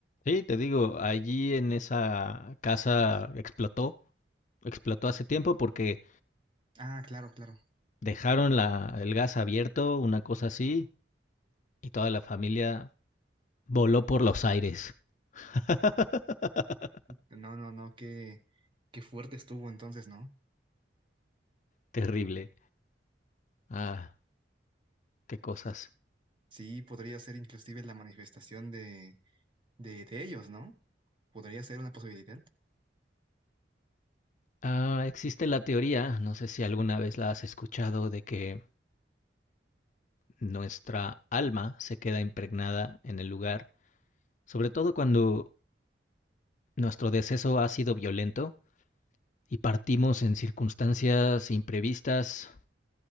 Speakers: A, on the left; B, on the right.
A: Sí, te digo, allí en esa casa explotó, explotó hace tiempo porque
B: Ah, claro, claro.
A: dejaron la, el gas abierto, una cosa así, y toda la familia voló por los aires. <laughs>
B: No, no, no, qué, qué fuerte estuvo entonces, ¿no?
A: Terrible. Ah, qué cosas.
B: Sí, podría ser inclusive la manifestación de, de, de ellos, ¿no? Podría ser una posibilidad.
A: Ah, existe la teoría, no sé si alguna vez la has escuchado, de que nuestra alma se queda impregnada en el lugar, sobre todo cuando nuestro deceso ha sido violento, y partimos en circunstancias imprevistas